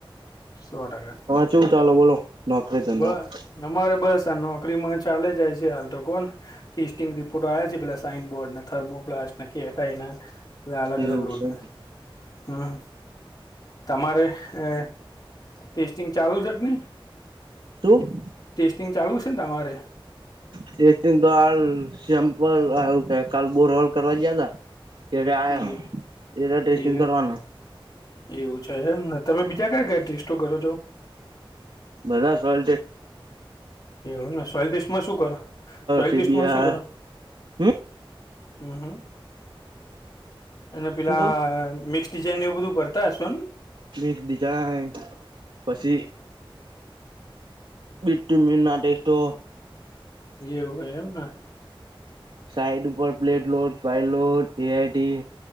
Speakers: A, on the left; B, on the right.
A: સો ટકા.
B: ચેવું ચાલે બોલો? નોકરી ધંધામાં
A: બસ. અમારે બસ આ નોકરીમાં ચાલે જાય છે હાલ તો કહો ને. ટેસ્ટિંગ રિપોર્ટો આયા છે, પહેલા સાઈનબોર્ડના, થર્મોપ્લાસ્ટના <unintelligible> બધા અલગ-અલગ
B: એવું
A: રોડના,
B: છે એમ.
A: હમ્મ. તમારે હે ટેસ્ટિંગ ચાલુ છે કે નહીં?
B: શું?
A: ટેસ્ટિંગ ચાલુ સેન તમારે?
B: ટેસ્ટિંગ તો હાલ સેમ્પલ આવું કે કાલ બોરવાલ કરવા જ્યાં તા, ત્યારે આયો
A: એ
B: તે દાડે ટેસ્ટિંગ
A: એ
B: કરવાનો,
A: એવું છે એમન તમે બીજા કયા-કયા ટેસ્ટો કરો છો?
B: બધા સોલ્ટ
A: એવું ને સોલટેસ્ટમાં શું કરો? સોયલટેસ્ટમાં
B: સીબીઆર
A: શું કરો?
B: હમ
A: અ હમ અને પેલા
B: શું કો
A: મિક તીજ <unintelligible> ને એવું બધું ભરતા હશોન,
B: મેક ડિઝાઇન પસી <unintelligible> મીનના ટેસ્ટો,
A: એવું હોય એમન,
B: સાઈડ ઉપર પ્લેટલોટ, પાયલોટ, એઆઈટી,